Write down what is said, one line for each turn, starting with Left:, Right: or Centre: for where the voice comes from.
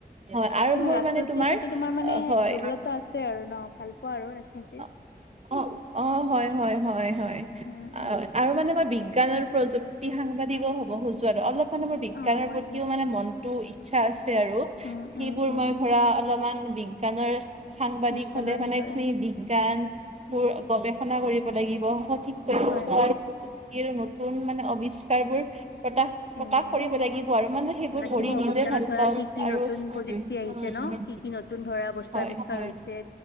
Right: হয়, আৰু
Left: তোমাৰ
Right: মোৰ
Left: ৰাজনীতিৰ
Right: মানে তোমাৰ
Left: প্ৰতি মানে
Right: হয়।
Left: দুৰ্বলতা আছে আৰু ন' ভাল পোৱা আৰু ৰাজনীতি।
Right: অ'হ, অ'হ, হয়-হয়-হয়-হয়
Left: উম উম
Right: আৰু মানে বিজ্ঞান আৰু প্ৰযুক্তি সাংবাদিকো হ'ব খোজো আৰু অলপ মানে মোৰ বিজ্ঞানৰ
Left: অ হয়
Right: প্ৰতিও
Left: দিয়া
Right: মানে মনটো ইচ্ছা আছে আৰু।
Left: উম
Right: সেইবোৰ
Left: উম উম
Right: মই ধৰা অলপমান বিজ্ঞানৰ সাংবাদিক
Left: বিজ্ঞানৰে
Right: হলে মানে
Left: ধৰা
Right: তুমি বিজ্ঞানবোৰ
Left: উম
Right: গৱেষণা কৰিব লাগিব সঠিক তথ্য
Left: হয় হয়
Right: নতুন মানে আৱিষ্কাৰবোৰ প্ৰকাশ-প্ৰকাশ
Left: উম
Right: কৰিব লাগিব আৰু মানে সেইবোৰ
Left: লাগিব
Right: কৰি নিজেই
Left: বিজ্ঞানত
Right: ভাল
Left: ধৰা
Right: পাওঁ
Left: কি কি
Right: আৰু।
Left: নতুন প্ৰযুক্তি আহিছে ন কি কি নতুন ধৰা বস্তু
Right: হয়
Left: আৱিষ্কাৰ
Right: হয়
Left: হৈছে।